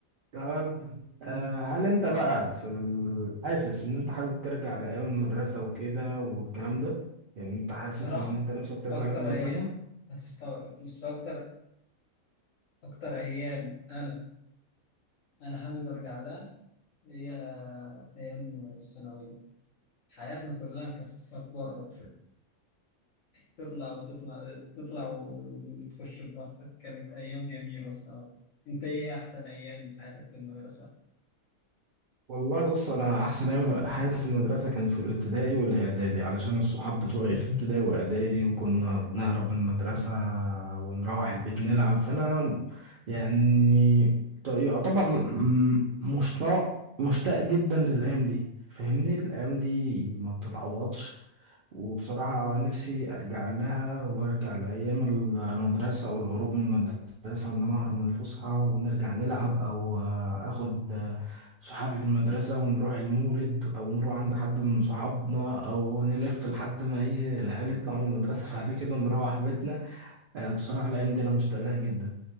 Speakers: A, on the right; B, on the left.
A: تمام آه هل انت بقى في ال... حاسس ان انت حابب ترجع لايام المدرسه وكده والكلام ده يعني انت حاسس
B: الصراحة
A: ان انت نفسك ترجع
B: أكتر
A: لايام المدرسه
B: أيام هتستغرب بس أكتر أكتر أيام أنا أنا حابب أرجع لها هي أيام الثانوية حياتنا كلها كانت كانت بره تطلع وتطلع تطلع وتخش براحتك كانت أيام جميلة الصراحة أنت إيه أحسن أيام من حياتك في المدرسة؟
A: والله بص انا احسن ايام في حياتي في المدرسه كان في الابتدائي والاعدادي علشان الصحاب بتوعي في ابتدائي واعدادي وكنا بنهرب من المدرسه ونروح البيت نلعب فانا يعني ت- يعتبر م- مشتاق مشتاق جدا للايام دي فاهمني الايام دي ما بتتعوضش وبصراحة نفسي أرجع لها وأرجع لأيام المدرسة والهروب من المدرسة وإن أنا أهرب من الفسحة ونرجع نلعب أو آه، آخد آه، صحابي في المدرسة ونروح المولد أو نروح عند حد من صحابنا أو نلف لحد ما إيه العيال يطلعوا من المدرسة <laughs> بعد كده نروح بيتنا آه، بصراحة الأيام دي أنا مشتاق لها جدا